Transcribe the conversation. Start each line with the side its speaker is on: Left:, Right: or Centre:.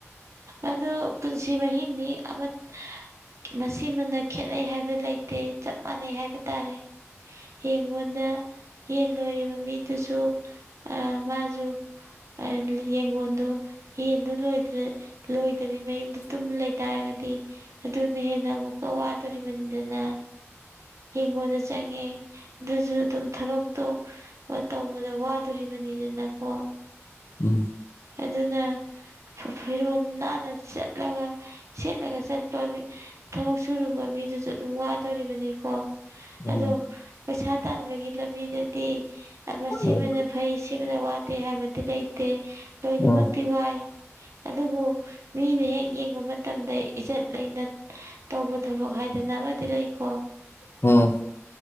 Right: ꯑꯗꯨ ꯄꯨꯟꯁꯤ ꯃꯍꯤꯡꯅꯤ ꯑꯃꯠ ꯃꯁꯤꯃꯅ ꯈꯦꯅꯩ ꯍꯥꯏꯕ ꯂꯩꯇꯦ ꯆꯞ ꯃꯥꯟꯅꯩ ꯍꯥꯏꯕ ꯇꯥꯔꯦ ꯌꯦꯡꯉꯣꯟꯗ ꯌꯦꯟ ꯂꯣꯏꯔꯤꯕ ꯃꯤꯗꯨꯁꯨ ꯑꯥ ꯃꯥꯁꯨ ꯑꯥ ꯌꯦꯡꯒꯣꯟꯗꯨ ꯌꯦꯟꯗꯨ ꯂꯣꯏꯗ꯭ꯔ ꯂꯣꯏꯗꯕꯤ ꯃꯌꯨꯝꯗ ꯇꯨꯝ ꯂꯩꯇꯥꯔꯒꯗꯤ ꯑꯗꯨꯅ ꯍꯦꯟꯅ ꯑꯃꯨꯛꯀꯥ ꯋꯥꯗꯣꯔꯤꯕꯅꯤꯗꯅ ꯌꯦꯡꯒꯣꯟꯗ ꯆꯪꯉꯦ ꯑꯗꯨꯁꯨ ꯑꯗꯨꯝ ꯊꯕꯛꯇꯣ ꯇꯧꯕꯗꯣ ꯋꯥꯗꯣꯔꯤꯕꯅꯤꯗꯅꯀꯣ
Left: ꯎꯝ
Right: ꯑꯗꯨꯅ ꯐꯤꯔꯣꯜ ꯅꯥꯟꯅ ꯆꯠ ꯂꯒ ꯁꯦꯠꯂꯒ ꯆꯠꯄ ꯃꯤ ꯊꯕꯛ ꯁꯨꯔꯨꯕ ꯃꯤꯗꯨꯁꯨ ꯑꯗꯨꯝ ꯋꯥꯗꯣꯔꯤꯕꯅꯤꯀꯣ
Left: ꯎꯝ
Right: ꯑꯗꯣ ꯄꯩꯁꯥ ꯇꯥꯟꯕꯒꯤ ꯂꯝꯕꯤꯗꯗꯤ ꯑꯃ ꯁꯤꯃꯅ
Left: ꯎꯝ
Right: ꯐꯩ ꯁꯤꯃꯅ ꯋꯥꯠ ꯇꯦ ꯍꯥꯏꯕꯗꯤ ꯂꯩꯇꯦ ꯂꯣꯏꯅꯃꯛꯇꯤ
Left: ꯎꯝ
Right: ꯋꯥꯏ ꯑꯗꯨꯕꯨ ꯃꯤꯅ ꯍꯦꯛ ꯌꯦꯡꯕ ꯃꯇꯝꯗ ꯏꯖꯠ ꯂꯩꯅ ꯇꯧꯕ ꯊꯕꯛ ꯍꯥꯏꯗꯅ ꯑꯃꯗꯤ ꯂꯩꯀꯣ
Left: ꯎꯝ